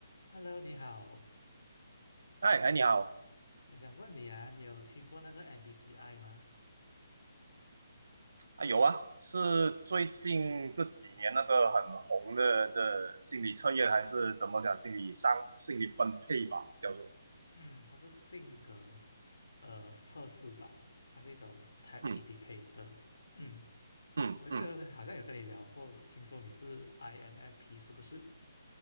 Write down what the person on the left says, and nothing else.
Hello，你好，
我想问你啊，你有听过那个 MBTI 吗？
嗯，它是性格呃测试吧，它是一种 Type
Indicator。嗯，
我记得好像有跟你聊过，听说你是 INFP 是不是？